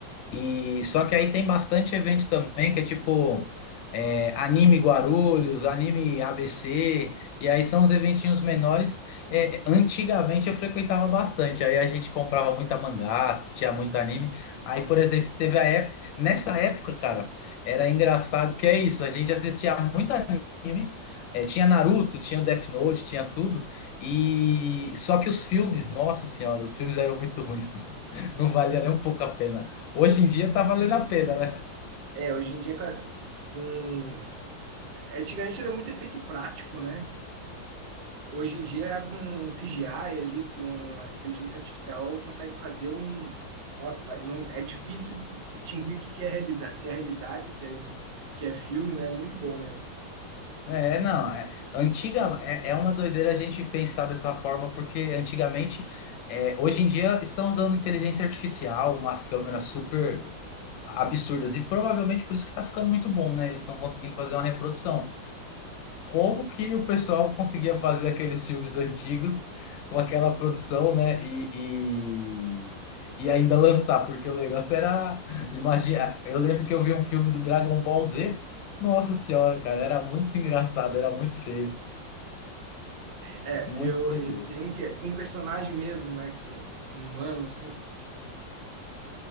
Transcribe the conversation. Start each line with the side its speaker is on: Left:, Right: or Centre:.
Left: E só que aí tem bastante evento também que é tipo é, anime Guarulhos, anime ABC, e aí são os eventinhos menores. É, antigamente eu frequentava bastante, aí a gente comprava muita mangá, assistia muito anime. Aí, por exemplo, teve a época, nessa época, cara, era engraçado que é isso, a gente assistia muito anime. é, tinha Naruto, tinha Death Note, tinha tudo. E só que os filmes, nossa senhora, os filmes eram muito ruins. <laughs> Não valia nem um pouco a pena. Hoje em dia tá valendo a pena, né?
Right: É, hoje em dia com, a- com- Antigamente era muito efeito prático, né? Hoje em dia com CGI ali, com a inteligência artificial, consegue fazer um... Nossa, pa- não, é difícil distinguir o que que é realidade, se é realidade, se é, que é filme, né? Muito bom mesmo.
Left: É, não. É, antiga, é, é uma doideira a gente pensar dessa forma, porque antigamente, é, hoje em dia, estão usando inteligência artificial, umas câmeras super absurdas, e provavelmente por isso que tá ficando muito bom, né? Eles estão conseguindo fazer uma reprodução. como que o pessoal conseguia fazer aqueles filmes antigos com aquela produção, né? E, e, e ainda lançar, porque o negócio era. Imagina, eu lembro que eu vi um filme do Dragon Ball Z. Nossa senhora, cara, era muito engraçado, era muito feio,
Right: É,
Left: muito
Right: eu,
Left: doideiro.
Right: eu tenho um que é com um personagem mesmo, né? Com, com um humano, assim,